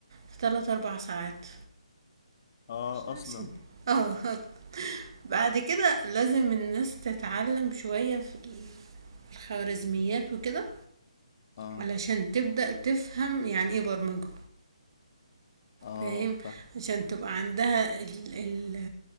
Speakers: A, on the right (about 40°); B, on the left (about 35°).
A: في 3 4 ساعات
B: اه
A: مش
B: اصلا
A: عشان اه <laughs> بعد كده لازم الناس تتعلم شوية في الخوارزميات وكده
B: اه
A: علشان تبدأ تفهم يعني ايه برمجة
B: اه
A: فاهم
B: فاهم
A: عشان تبقى عندها ال ال